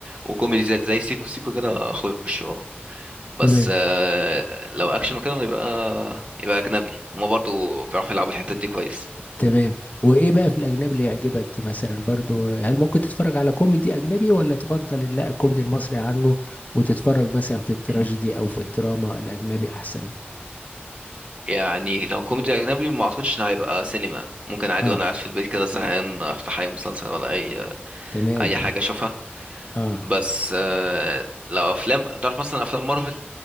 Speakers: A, on the right (about 30°); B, on the left (about 40°).
A: وكوميدي زي زي سيكو سيكو كده أخش أه بس
B: تمام
A: آه، لو أكشن وكده يبقى يبقى أجنبي هما برضو بيعرفوا يلعبوا الحتة دي كويس
B: تمام وايه بقى في الاجنبي اللي يعجبك مثلا برضو هل ممكن تتفرج على كوميدي اجنبي ولا تفضل لا الكوميدي المصري عنه وتتفرج مثلا في التراجيدي
A: مم.
B: او في الدراما الاجنبي احسن
A: يعني لو كوميدي أجنبي ما أعتقدش إن هيبقى سينما ممكن عادي
B: اه
A: وأنا قاعد في البيت كده زهقان أفتح أي مسلسل ولا أي
B: تمام
A: أي حاجة أشوفها
B: اه
A: بس آه لو افلام بقى تعرف مثلا افلام مارفل